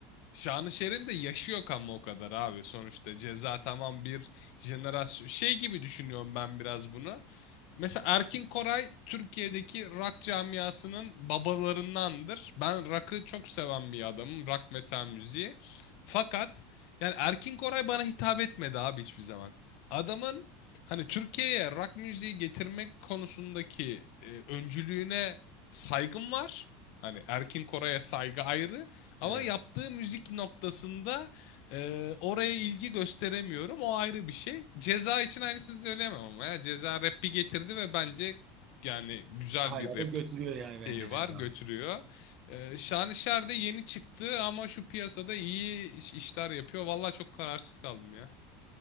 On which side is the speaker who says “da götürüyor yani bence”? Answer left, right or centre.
Right